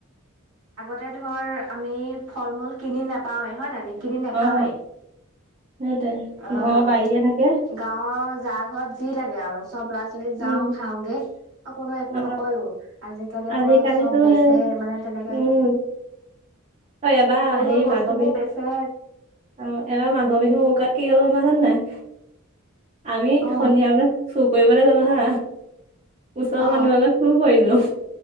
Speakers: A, on the right (about 75°); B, on the right (about 30°).
A: তাতে ধৰ আমি ফল-মূল কিনি নোপাওৱে হয় নাই? আমি কিনি নাখাওৱে।
B: অ সেইটোৱে
A: অহ,
B: ঘৰৰ বাৰীতে থাকে
A: গাঁৱৰ যা ঘৰত যি লাগে আৰু। চব ল'ৰা ছোৱালী
B: উম
A: যাওঁ খাওগে আৰু কোনো একো
B: অ
A: নকয়ও। আজিকালি আকৌ
B: আজিকালিতো
A: চব বেচে
B: এ
A: মানে তেনেকে
B: উম অ এবাৰ
A: সৰু
B: হেৰি
A: সৰু বস্তু
B: মাঘৰ
A: বোৰ
B: বিহু
A: বেচে
B: অ এবাৰ মাঘৰ বিহু উকাত কি হ'ল আমাৰ জান নাই? আমি
A: অ
B: সন্ধিয়া মানে চুৰ কৰিবলৈ গলো হা ওচৰ
A: অ
B: মানুহ এঘৰত চুৰ কৰিলোঁ।